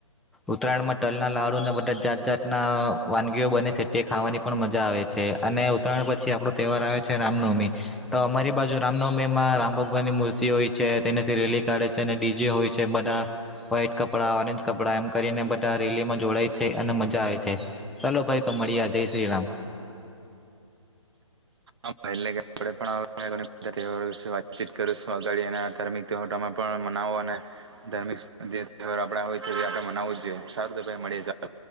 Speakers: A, in the centre; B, on the right.
A: ઉત્તરાયણમાં તલના લાડુને બધા જાત જાાત ના વાનગીઓ બને છે તે ખાવાની પણ મજા આવે છે અને ઉત્તરાયણ પછી આપણો તહેવાર આવે છે રામનવમી તો અમારી બાજુ રામનવમીમાં રામ ભગવાનની મૂર્તિ હોય છે તેનાથી રેલી કાઢે છે અને ડીજે હોય છે બધા વ્હાઈટ કપડાં ઓરેન્જ કપડાં એમ કરીને બધા રેલીમાં જોડાય છે અને મજા આવે છે ચાલલો ભાઈ તો મળી જય શ્રીરામ
B: હ એટલેે પણ વાતચીત કરું સ્વાગળ એના ધાર્મિક તહેવાર તમે પણ મનાવો અને ધાર્મિક જે તહેવાર આપણા હોય છે એ આપણે મનાવવું જ જોઈએ સારું તો ભાઈ મળીએ ચાલો